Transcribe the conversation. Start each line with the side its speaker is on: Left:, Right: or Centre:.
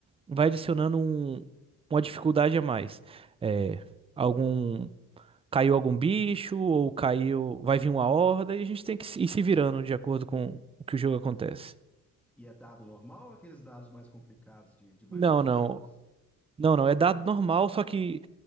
Right: vai adicionando um- uma dificuldade a mais. É, algum caiu algum bicho ou caiu, vai vir uma horda e a gente tem que se- ir se virando de acordo com o que o jogo acontece.
Centre: E é dado normal ou aqueles dados mais complicados de, de mais
Right: Não,
Centre: lados?
Right: não. Não, não, é dado normal, só que